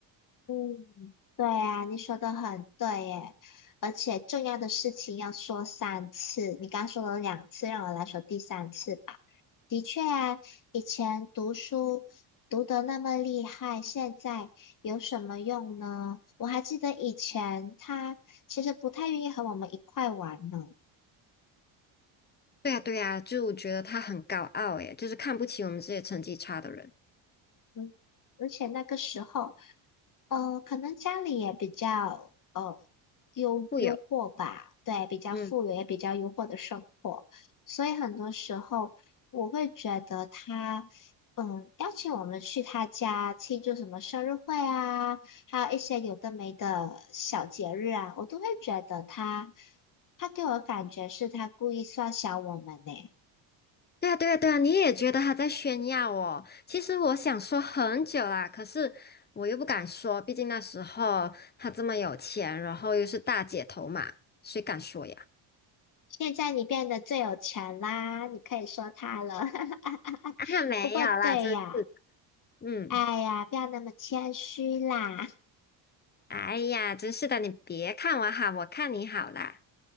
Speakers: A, on the left (about 40°); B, on the left (about 20°).
A: 嗯，对啊，你说的很对耶，而且重要的事情要说三次，你刚说了两次，让我来说第三次吧。的确啊，以前读书读得那么厉害，现在有什么用呢？我还记得以前他其实不太愿意和我们一块玩呢。
B: 对呀，对呀，就我觉得他很高傲，诶，就是看不起我们这些成绩差的人。
A: 嗯，而且那个时候，呃，可能家里也比较呃优优渥吧，
B: 会有，
A: 对，比较富裕，
B: 嗯，
A: 也比较优渥的生活，所以很多时候我会觉得他，嗯，邀请我们去他家庆祝什么生日会啊，还有一些有的没的小节日啊，我都会觉得他，他给我的感觉是他故意刷小我们呢。
B: 对呀，对呀，对呀，你也觉得他在炫耀哦？其实我想说很久啦，可是我又不敢说，毕竟那时候他这么有钱，然后又是大姐头嘛，谁敢说呀？
A: 现在你变得最有钱啦，你可以说他了。<laughs>
B: 啊，没有啦，
A: 不过对呀，
B: 真是的，嗯，
A: 哎呀，不要那么谦虚啦，
B: 哎呀，真是的，你别看我好，我看你好啦，